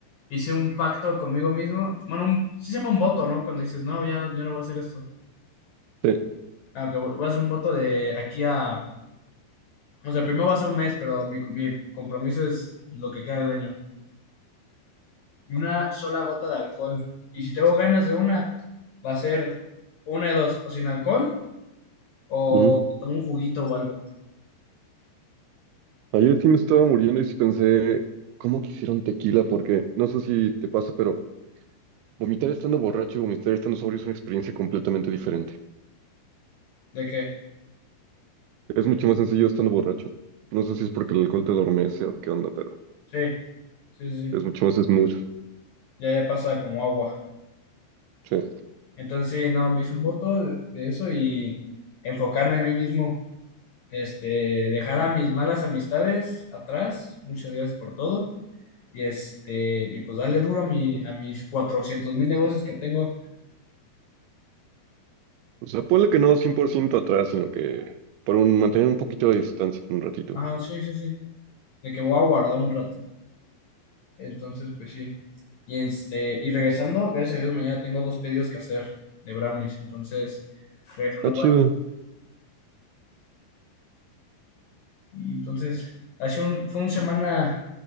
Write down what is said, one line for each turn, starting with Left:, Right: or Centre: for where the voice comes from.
Left: hice un pacto conmigo mismo. Bueno, un- sí se llama un voto, ¿no? Cuando dices, no, ya yo no voy a hacer esto.
Right: Sí.
Left: Ah, ok, voy voy a hacer un voto de aquí a. O sea, primero va a ser un mes, pero mi, mi compromiso es lo que queda del año. Una sola gota de alcohol. Y si tengo ganas de una, va a ser una de dos, o sin alcohol, o
Right: ujú.
Left: tomo un juguito o algo.
Right: Ayer sí me estaba muriendo y sí pensé, ¿cómo quisieron tequila? Porque no sé si te pasa, pero vomitar estando borracho y vomitar estando sobrio es una experiencia completamente diferente.
Left: ¿De qué?
Right: Es mucho más sencillo estando borracho. No sé si es porque el alcohol te adormece o qué onda, pero
Left: Sí, sí, sí.
Right: es
Left: sí.
Right: mucho más smooth.
Left: Ya, ya pasa como agua.
Right: Sí.
Left: Entonces, no, me hice un voto de eso y enfocarme a mí mismo, este, dejar a mis malas amistades atrás, muchas gracias por todo, y este, y pues darle duro a mi, a mis 400 mil negocios que tengo.
Right: O sea, ponle que no 100% atrás, sino que para un, mantener un poquito de distancia por un ratito.
Left: Ajá, sí, sí, sí, de que me voy a guardar un rato. Entonces, pues sí. Y este, y regresando, gracias a Dios, mañana tengo dos pedidos que hacer de brownies, entonces, regresando,
Right: Está
Left: voy
Right: chido.
Left: a- y entonces, ha sido un, fue un semana,